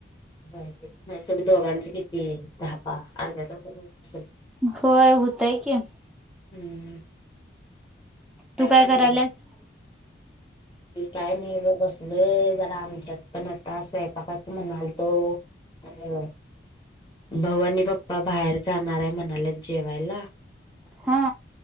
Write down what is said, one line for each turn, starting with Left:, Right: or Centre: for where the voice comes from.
Left: प स दोघांचं किती दहापाहा अर्ध्या तसात होत असल.
Centre: होय होतय की.
Left: हम्म.
Centre: तू काय
Left: करणार
Centre: करायलास.
Left: आहेस? काय नाही बसले जरा आमच्यात पण आता स्वयंपाकाच म्हणाल तो. हम्म.. भाऊ आणि पप्पा बाहेर जाणार आहे म्हणालेत जेवायला
Centre: हा